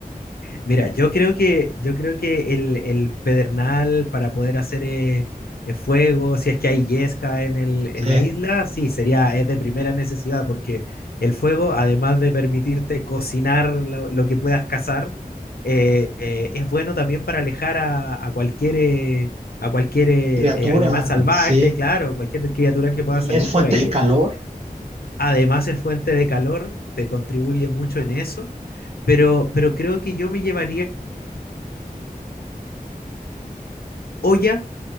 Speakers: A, on the left; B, on the right.
A: Mira, yo creo que, yo creo que el, el pedernal para poder hacer eh, eh, fuego, si es que hay yesca en el,
B: Sí,
A: en la isla, sí, sería, es de primera necesidad, porque el fuego, además de permitirte cocinar lo, lo que puedas cazar, eh, eh, es bueno también para alejar a, a cualquier, eh, a cualquier eh,
B: criatura,
A: eh, animal salvaje,
B: sí.
A: claro, cualquier criatura que pueda
B: Y
A: salir
B: es fuente
A: por ahí.
B: de calor.
A: Además es fuente de calor, te contribuye mucho en eso. Pero, pero creo que yo me llevaría olla,